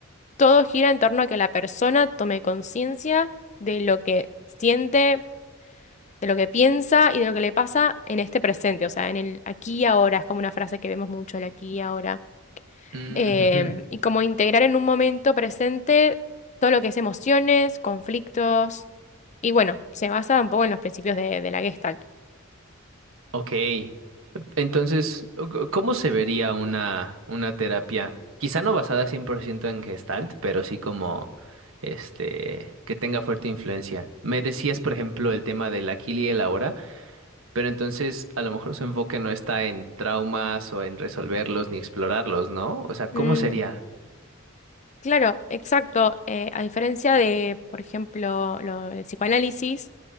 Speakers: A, on the left; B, on the right.
A: todo gira en torno a que la persona tome conciencia de lo que siente, de lo que piensa y de lo que le pasa en este presente, o sea, en el aquí y ahora, es como una frase que vemos mucho, el aquí y ahora.
B: Ujú.
A: eh, y como integrar en un momento presente todo lo que es emociones, conflictos, y bueno, se basa un poco en los principios de, de la Gestalt.
B: Ok. Entonces, ¿cómo se vería una, una terapia? Quizá no basada 100% en Gestalt, pero sí como este que tenga fuerte influencia. Me decías, por ejemplo, el tema del aquí y el ahora, pero entonces a lo mejor su enfoque no está en traumas o en resolverlos ni explorarlos, ¿no? O sea, ¿cómo
A: Mm,
B: sería?
A: claro, exacto. eh, a diferencia de, por ejemplo, lo, el psicoanálisis,